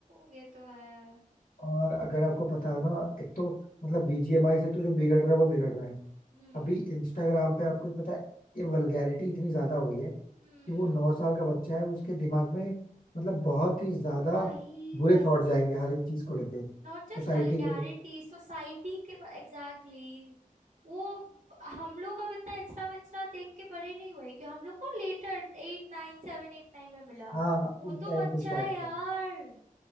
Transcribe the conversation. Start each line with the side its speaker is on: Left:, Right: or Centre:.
Right: ये तो है
Left: और अगर आपको पता हो ना एक तो मतलब बीजीएमआई से तो जो बिगड़ रहा है वो बिगड़ रहा है
Right: हम्म
Left: अभी इंस्टाग्राम पे आपको पता है ये वल्गैरिटी इतनी ज्यादा हो गई है
Right: हम्म
Left: कि वो नौ साल का बच्चा है उसके दिमाग में मतलब बहुत ही ज्यादा
Right: वही
Left: बुरे
Right: वही
Left: थॉट जाएंगे हर एक चीज को लेके सोसाइटी
Right: नॉट जस्ट वल्गैरिटी
Left: को लेके
Right: सोसाइटी के एग्जैक्टली exactly, वो हम लोग अब इतना इंस्टा विंस्टा देख के बड़े नहीं हुए कि हम लोग को later eight nine seven eight nine में मिला
Left: हाँ
Right: वो
Left: उस
Right: तो
Left: टाइम
Right: बच्चा
Left: पे स्टार्ट
Right: है यार
Left: किया